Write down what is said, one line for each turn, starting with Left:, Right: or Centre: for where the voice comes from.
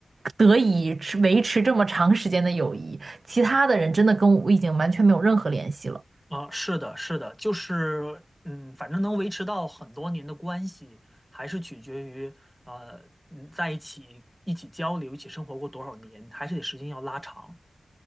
Right: 得以持维持这么长时间的友谊，其他的人真的跟我已经完全没有任何联系了。
Centre: 啊、是的，是的，就是嗯，反正能维持到很多年的关系，还是取决于呃，嗯在一起一起交流、一起生活过多少年，还是得时间要拉长。